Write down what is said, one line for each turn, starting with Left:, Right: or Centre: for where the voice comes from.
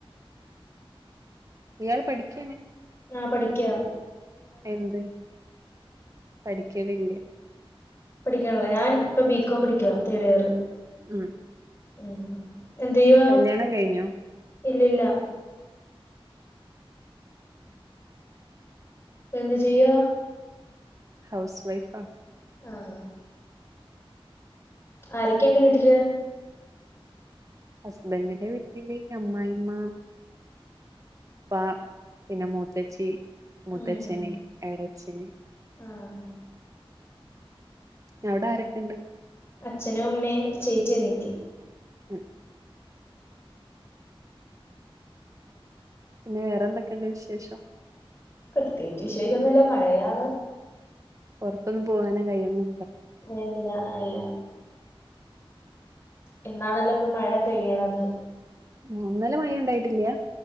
Right: ഇയാൾ പഠിക്കേണ്
Left: ആഹ് പഠിക്ക
Right: എന്ത് പഠിക്കണില്ലേ
Left: പഠിക്കാനുള്ള ഞാൻ ഇപ്പ ബികോം പഠിക്കുവാ തേർഡ് ഇയർ
Right: ഉം
Left: ഉം എന്ത് ചെയ്യുവാ
Right: കല്യാണം കഴിഞ്ഞോ
Left: ഇല്ലില്ല ഇപ്പൊ എന്തു ചെയ്യുവാ
Right: ഹൗസ് വൈഫാ
Left: ആഹ് ആരൊക്കെയുണ്ട് വീട്ടില്
Right: ഹസ്ബൻഡിന്റെ വീട്ടില് ഈ അമ്മായിമ്മ ഉപ്പ പിന്നെ മുത്തച്ചി മുത്തച്ചണ
Left: ഉം
Right: ഇളച്ചിന
Left: ആഹ്
Right: ഞ അവിടെരൊക്കെ ഉണ്ട്
Left: അച്ഛനും അമ്മയും ചേച്ചി അനിയത്തി
Right: ഉം പിന്നെ വേറെ എന്തൊക്കെയുണ്ട് വിശേഷം
Left: പ്രത്യേകിച്ച് വിശേഷം ഒന്നുല്ല മഴയാണ്
Right: പുറത്തൊന്ന് പോകാന കയൊന്നി
Left: അല്ല അല്ല ഇാണല്ലോ ഇപ്പൊ മഴ പെയ്യണത്
Right: ഒന്നല മഴ ഉണ്ടായിട്ടില്ലയാ